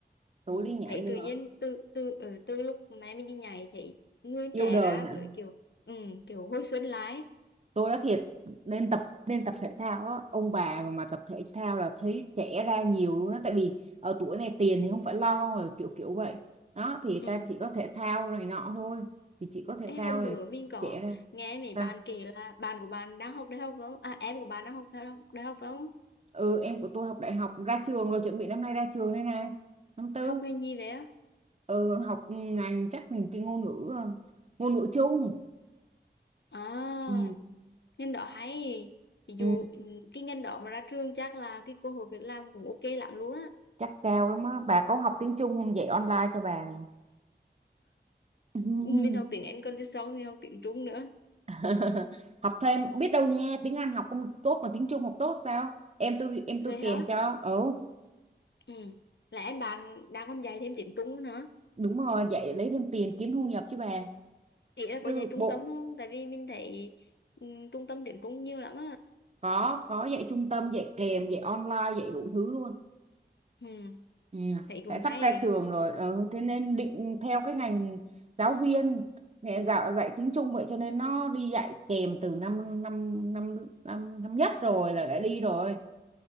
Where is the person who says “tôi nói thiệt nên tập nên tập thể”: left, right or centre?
Right